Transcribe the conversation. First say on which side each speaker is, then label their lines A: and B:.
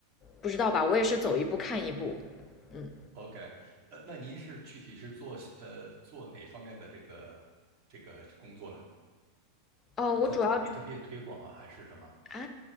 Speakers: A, on the left (about 20°); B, on the right (about 35°).
A: 不知道吧，我也是走一步看一步。嗯，
B: OK，呃，那您是具体是做呃做哪方面的这个这个工作呢？
A: 哦，我主要
B: 在比比特币推广啊，还是什么？
A: 啊，